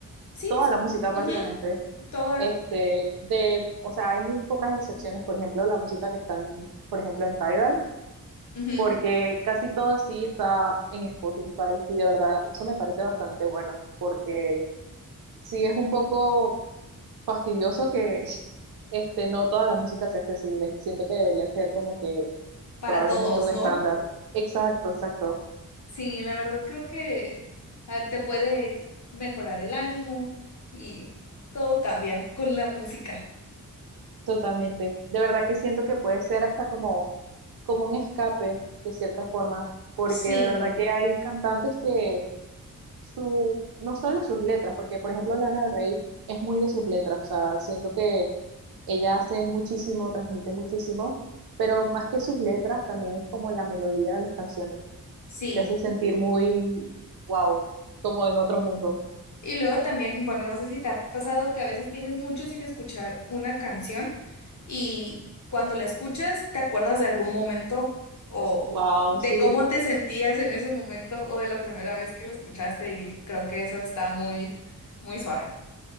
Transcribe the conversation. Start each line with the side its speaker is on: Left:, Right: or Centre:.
Left: Sí,
Right: toda
Left: pues,
Right: la música
Left: ujú,
Right: básicamente.
Left: toda,
Right: Este, de, o sea, hay muy pocas excepciones, por ejemplo, la música que está en, por ejemplo, en Tidal.
Left: ujú,
Right: porque casi todo sí está en Spotify y de verdad eso me parece bastante bueno, porque sí es un poco fastidioso que <laughs> este, no toda la música sea accesible. Siento que debería ser como que
Left: para
Right: probablemente
Left: todos,
Right: un
Left: ¿no?
Right: estándar. Exacto, exacto,
Left: Sí, la verdad creo que ah, te puede mejorar el ánimo y todo cambia con la música.
Right: totalmente. De verdad que siento que puede ser hasta como, como un escape, de cierta forma, porque
Left: Sí,
Right: de verdad que hay cantantes que su, no solo sus letras, porque por ejemplo Lana del Rey es muy de sus letras, o sea, siento que Ella hace muchísimo, transmite muchísimo, pero más que sus letras, también es como la melodía de las canciones.
Left: sí.
Right: Te hace sentir muy, wow, como en otro mundo.
Left: Y luego también, bueno, no sé si te ha pasado que a veces tienes mucho sin escuchar una canción y cuando la escuchas te acuerdas de algún momento o
Right: Wow,
Left: de
Right: sí,
Left: cómo te sentías en ese momento o de la primera vez que la escuchaste y creo que eso está muy, muy suave.